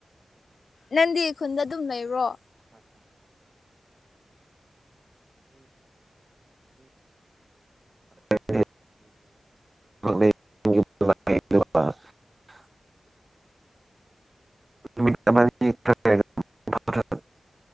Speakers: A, on the left (about 75°); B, on the right (about 35°).
A: ꯅꯟꯗꯤ ꯈꯨꯟꯗ ꯑꯗꯨꯝ ꯂꯩꯕꯔꯣ
B: ꯑ <unintelligible> <unintelligible>